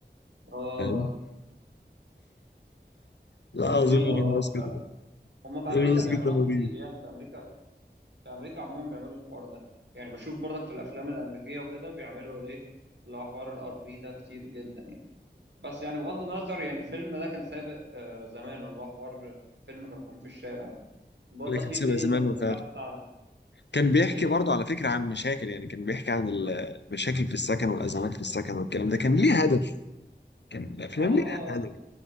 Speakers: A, on the right (about 80°); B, on the left (about 75°).
A: اه
B: فاهم؟
A: بيعملوا
B: لا عظيم ايلون ماسك
A: اه فعلا.
B: ده
A: هما في امريكا
B: ايلون ماسك
A: بيعملوها
B: ده مريض
A: كتير يعني في امريكا في امريكا عموما بيعملوا الحوار ده يعني بشوف برضك في الافلام الامريكيه وكده بيعملوا ايه اللي هو حوار الار في ده كتير جدا يعني بس يعني بغض النظر يعني الفيلم ده كان سابق آه زمان اللي هو حوار فيلم كراكون في الشارع ده برضك
B: لكن
A: في
B: سيبها
A: فيلم
B: زمان
A: البحث
B: وفعلا
A: عن
B: كان بيحكي
A: ايه
B: برضه على فكرة عن مشاكل يعني كان بيحكي عن ال- المشاكل في السكن والأزمات في السكن والكلام ده كان ليه هدف كان الأفلام
A: اه اه
B: ليها هدف
A: اه